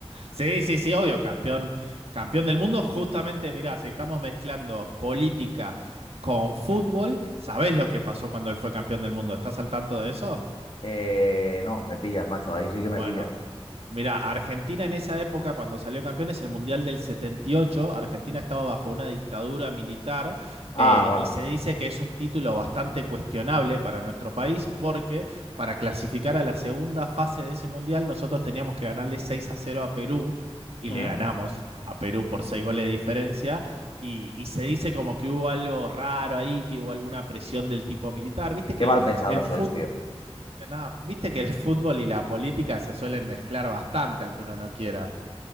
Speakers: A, on the right; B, on the left.
A: Sí, sí, sí, obvio, campeón, campeón del mundo. Justamente, mirá, si estamos mezclando política con fútbol, ¿sabés lo que pasó cuando él fue campeón del mundo? ¿Estás al tanto de eso?
B: Eh, no, me pillas, macho, ahí sí que
A: Bueno,
B: me pillas.
A: mira, Argentina en esa época, cuando salió campeón, es el Mundial del 78, Argentina estaba bajo una dictadura militar
B: Ah,
A: eh,
B: vale.
A: y se dice que es un título bastante cuestionable para nuestro país porque para clasificar a la segunda fase de ese Mundial nosotros teníamos que ganarle 6 a cero a Perú y
B: Mm,
A: le ganamos. a Perú por seis goles de diferencia y, y se dice como que hubo algo raro ahí, que hubo alguna presión del tipo militar. Viste
B: Qué
A: que
B: mal
A: el,
B: pensado
A: el
B: sois,
A: fútbol
B: tío.
A: Nada, viste que el fútbol y la política se suelen mezclar bastante, aunque uno no quiera.